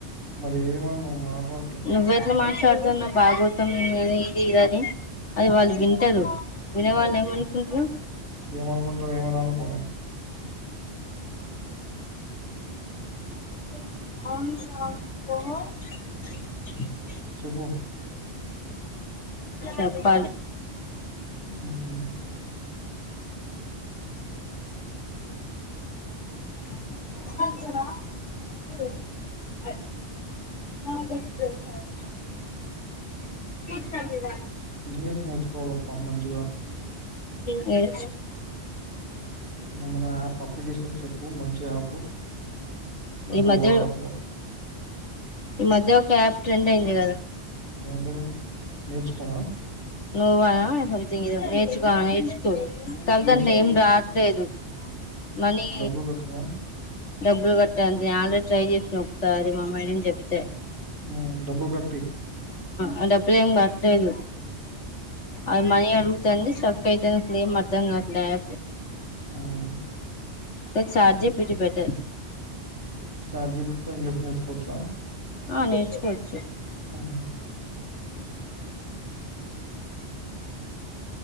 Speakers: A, on the right; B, on the left.
A: మరేది మరి నువ్వు మాట్లా
B: నువ్వెట్ల మాట్లాడతాన్నవ్ భాగోతం మ్ ఇది అది అది వాళ్ళు వింటారు వినే వాళ్ళు ఏమనుకుంటరు
A: ఏమనుకుంటారు ఏమైనా అనుకోని
B: <unintelligible>
A: చెప్పు
B: చెప్పాలి
A: హుమ్
B: <unintelligible> <unintelligible> <unintelligible>
A: ఇంగ్లీష్ నేర్చుకోవాలబ్బా మంచిగా
B: నేర్
A: ఏమన్న యాప్ అప్లికేషన్స్ చెప్ ప్పు మంచి యాప్ నాకు
B: ఈ మధ్య
A: వా వ్
B: ఈ మధ్య ఒక యాప్ ట్రెండ్ అయింది కదా
A: ఏంటిది నేర్చుకోనా
B: నువ్వా సమ్థింగ్ ఏదో నేర్చుకో ఆ నేర్చుకో కాపోతే
A: నేర్చుకో
B: దాంట్లో ఎం రాట్లేదు మనీ
A: డబ్బులు కట్టనా
B: డబ్బులు కట్టా అంతే ఆల్రెడీ ట్రై చేసినా ఒకసారి మా మేడమ్ చెప్తే
A: ఆ డబ్బు కట్టి
B: ఆ డబ్బులేం కట్లేదు అది మనీ అడు గుతుంది స్ట్రక్ అయితాంది అసలు ఏం అర్థం కాట్లే యాప్
A: అవున
B: గ చాట్ జిపిటి బెటర్
A: చాట్ జిపిటితొ ఇంగ్లీష్ నేర్చుకోవచ్చా
B: ఆ నేర్చుకోవచ్చు
A: ఆహ